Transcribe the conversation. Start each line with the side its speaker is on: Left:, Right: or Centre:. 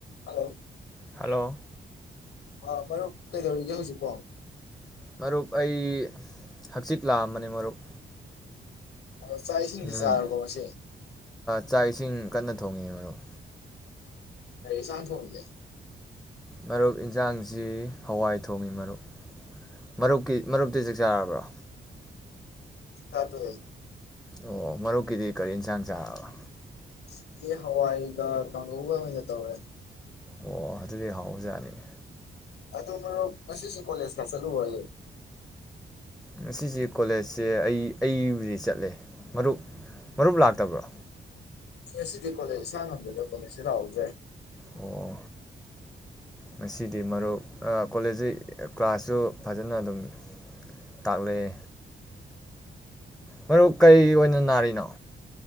Left: hello
Centre: hello
Left: ꯑꯥ ꯃꯔꯨꯞ ꯀꯩꯗꯧꯔꯤꯒꯦ ꯍꯧꯖꯤꯛꯄꯣ
Centre: ꯃꯔꯨꯞ ꯑꯩ ꯍꯛꯆꯤꯛ ꯂꯥꯛꯑꯝꯕꯅꯦ ꯃꯔꯨꯞ
Left: ꯑ ꯆꯥꯛ ꯏꯁꯤꯡꯗꯤ
Centre: ꯅꯨꯃꯤꯗꯥꯡ
Left: ꯆꯥꯔꯕꯣ ꯉꯁꯤ
Centre: ꯆꯥꯛ ꯏꯁꯤꯡ ꯀꯟꯅ ꯊꯣꯡꯉꯤ ꯃꯔꯨꯞ
Left: ꯀꯩ ꯑꯦꯟꯁꯥꯡ ꯊꯣꯉꯤꯒꯦ
Centre: ꯃꯔꯨꯞ ꯏꯟꯁꯥꯡꯁꯤ ꯍꯋꯥꯏ ꯊꯣꯡꯉꯤ ꯃꯔꯨꯞ ꯃꯔꯨꯞꯀꯤ ꯃꯔꯨꯞꯇꯤ ꯆꯥꯛ ꯆꯥꯔꯕ꯭ꯔꯣ
Left: ꯆꯥꯛ ꯇꯣꯛꯑꯦ
Centre: ꯑꯣ ꯃꯔꯨꯞꯀꯤꯗꯤ ꯀꯔꯤ ꯌꯦꯟꯁꯥꯡ ꯆꯥꯔꯕ
Left: ꯉꯁꯤꯗ ꯍꯋꯥꯏꯒ ꯀꯥꯡꯍꯧꯒ ꯑꯣꯏꯅ ꯇꯧꯔꯦ
Centre: ꯑꯣ ꯑꯗꯨꯗꯤ ꯍꯥꯎꯕꯖꯥꯠꯅꯤꯅꯦ
Left: ꯑꯗꯣ ꯃꯔꯨꯞ ꯉꯁꯤꯁꯦ ꯀꯣꯂꯦꯖꯀ ꯆꯂꯨꯕ꯭ꯔꯣ
Centre: ꯉꯁꯤꯁꯦ ꯀꯣꯂꯦꯖꯁꯦ ꯑꯩ ꯑꯩꯕꯨꯗꯤ ꯆꯠꯂꯦ ꯃꯔꯨꯞ ꯃꯔꯨꯞ ꯂꯥꯛꯇꯕ꯭ꯔꯣ
Left: ꯉꯁꯤꯗꯤ ꯀꯣꯂꯦꯖ ꯏꯁꯥꯉꯝꯗꯗꯅꯥ ꯀꯣꯂꯦꯖꯁꯤ ꯂꯥꯛꯍꯧꯗ꯭ꯔꯦ
Centre: ꯑꯣ ꯉꯁꯤꯗꯤ ꯃꯔꯨꯞ ꯀꯣꯂꯦꯖꯁꯦ ꯀ꯭ꯂꯥꯁꯁꯨ ꯐꯖꯅ ꯑꯗꯨꯝ ꯇꯥꯛꯂꯛꯑꯦ ꯃꯔꯨꯞ ꯀꯩꯔ ꯑꯣꯏꯅ ꯅꯥꯔꯤꯅꯣ